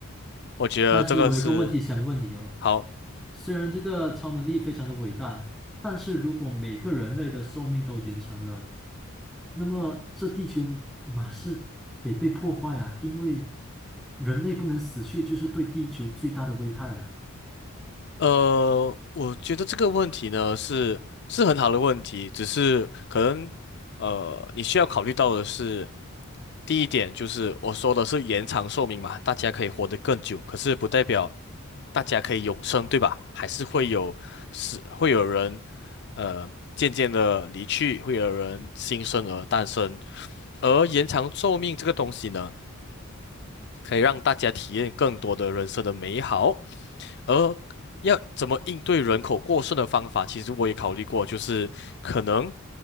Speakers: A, on the left; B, in the centre.
A: 我觉得这个是
B: 但是我有一个问题想问你哦，
A: 好。
B: 虽然这个超能力非常的伟大，但是如果每个人类的寿命都延长了，那么这地球马是得被破坏啊，因为人类不能死去，就是对地球最大的危害啊。
A: 呃，我觉得这个问题呢是是很好的问题，只是可能呃你需要考虑到的是，第一点就是我说的是延长寿命嘛，大家可以活得更久，可是不代表大家可以永生，对吧？还是会有是会有人呃渐渐的离去，会有人新生儿诞生，而延长寿命这个东西呢，可以让大家体验更多的人生的美好。而要怎么应对人口过剩的方法，其实我也考虑过，就是可能